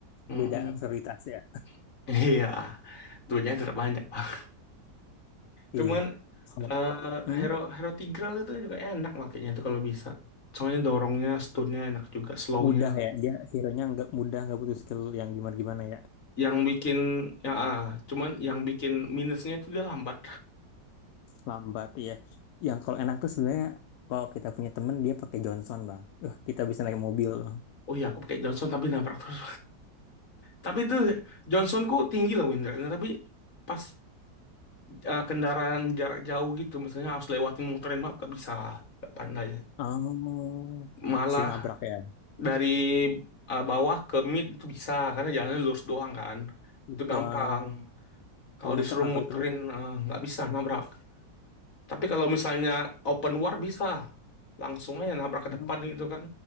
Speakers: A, on the left; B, on the left.
A: Mm-mm.
B: beda prioritas ya
A: <laughs> iya duitnya tetap banyak <laughs>
B: <laughs>
A: cuman
B: iya kalau
A: eh
B: Mm-mm.
A: Hero Hero Tigreal itu juga enak makanya itu kalau bisa soalnya dorongnya stunnya enak juga slownya
B: mudah ya dia hero-nya nggak mudah nggak butuh skill yang gimana gimana ya
A: yang bikin yang ah, cuman yang bikin minusnya itu dia lambat.
B: Lambat ya. Yang kalau enak tuh sebenarnya kalau kita punya temen dia pakai Johnson bang. Wah, kita bisa naik mobil bang.
A: Oh iya, aku pakai Johnson tapi nabrak terus. Tapi itu Johnsonku tinggi loh windranya, tapi pas eh, kendaraan jarak jauh gitu, misalnya harus lewatin muterin map gak bisa, gak pandai.
B: Oh,
A: Malah
B: sering nabrak ya.
A: dari eh, bawah ke mid itu bisa karena jalannya lurus doang kan,
B: Gitu,
A: itu gampang.
B: Bang.
A: Kalau
B: Kalau muter
A: disuruh
B: nabrak
A: muterin
B: terus.
A: eh, nggak bisa nabrak. Tapi kalau misalnya open war bisa langsung aja nabrak ke
B: Hmm.
A: depan gitu kan.